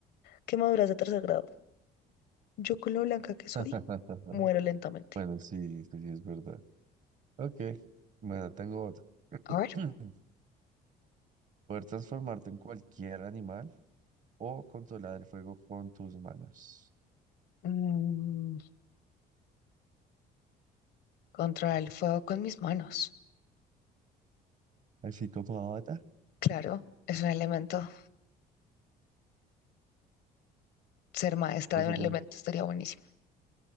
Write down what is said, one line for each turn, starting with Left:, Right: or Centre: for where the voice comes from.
Left: quemaduras de tercer grado. Yo con lo blanca que soy,
Right: <laughs>
Left: muero lentamente.
Right: Bueno, sí, sí, sí, es verdad. Ok, bueno, tengo otra.
Left: A ver.
Right: <clears throat> Poder transformarte en cualquier animal o controlar el fuego con tus manos.
Left: Mm. Controlar el fuego con mis manos.
Right: Así como Avatar,
Left: Claro, es un elemento. Ser maestra
Right: ¿cuál
Left: de
Right: sería,
Left: un elemento estaría buenísimo.